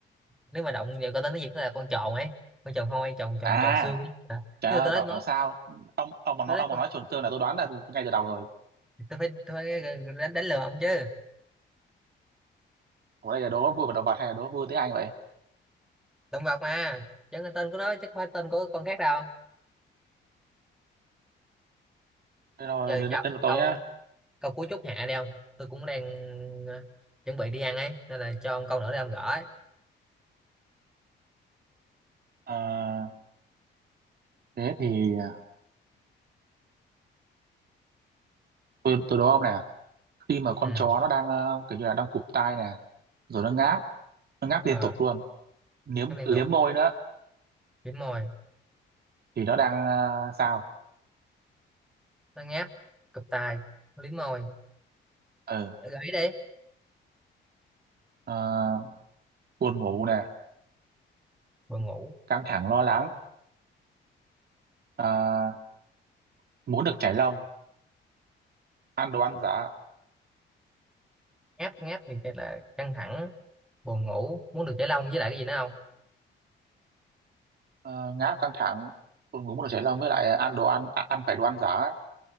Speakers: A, in the centre; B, on the right.
A: Nếu mà động vào con tên tiếng Việt nó là con tròn ấy, con tròn hôi, tròn tròn
B: à
A: tròn xương. Ờ,
B: trời
A: Nhưng
B: ơi
A: mà tôi
B: bảo
A: nói nói
B: bảo sao ông ông mà
A: tôi
B: nói
A: nói
B: ông
A: con
B: mà nói chuẩn tương là tôi đoán là ngay từ đầu rồi
A: tôi phải tôi phải đánh đánh lừa ông chứ.
B: Ủa đây là đố vui và động vật hay là đố vui tiếng Anh vậy
A: động vật mà chẳng là tên của nó chứ không phải tên của con khác đâu
B: thế rồi
A: giờ
B: đến,
A: cho
B: đến lượt tôi
A: ông
B: nhá
A: câu câu cuối chút hạ đi ông tôi cũng đang ờ, chuẩn bị đi ăn ấy nên là cho ông câu nữa để ông gỡ ấy.
B: Ờ, thế thì à, tôi tôi đố ông nè khi mà con
A: ừ
B: chó nó đang ờ, kiểu như là đang cụp tai nè rồi nó ngáp nó ngáp liên
A: ờ
B: tục luôn liếm
A: nó liên
B: liếm
A: tục
B: môi nữa
A: liếm môi
B: thì nó đang à, sao
A: nó ngáp cụp tai nó liếm môi
B: ừ
A: Ờ, gãy đi
B: à, buồn ngủ nè
A: buồn ngủ
B: căng thẳng lo lắng à, muốn được chảy lông ăn đồ ăn giả
A: ngáp ngáp thì chắc là căng thẳng buồn ngủ muốn được giải lông với lại cái gì nữa không
B: uh, ngáp căng thẳng buồn ngủ muốn được chảy lông với lại ăn đồ ăn à, ăn phải đồ ăn giả ấy.